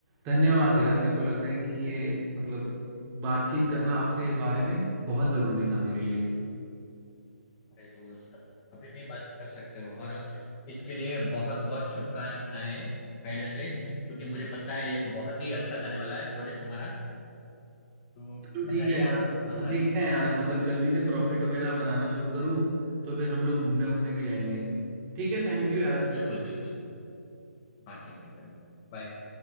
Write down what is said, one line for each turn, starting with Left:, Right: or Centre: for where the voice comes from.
Right: धन्यवाद यार मेरे को
Left: पक्का
Right: लग रहा है कि ये मतलब बातचीत करना आपसे इस बारे में बहुत ज़रूरी था मेरे लिए
Left: अरे दोस्त कभी भी बात कर सकते हो और इसके लिए बहुत बहुत शुभकामनाएं पहले से <laughs> क्योंकि मुझे पता है ये बहुत ही अच्छा जाने वाला है प्रोजेक्ट तुम्हारा तो
Right: चलो
Left: बधाई
Right: ठीक है
Left: है
Right: यार
Left: बहुत
Right: अब
Left: सारी
Right: देखते हैं यार मतलब जल्दी से प्रॉफिट वगैरह बनाना शुरू करूँ तो फिर हम लोग घूमने वूमने भी जाएंगे ठीक है थैंक यू यार
Left: बिल्कुल बिल्कुल हाँ ठीक है चलो बाय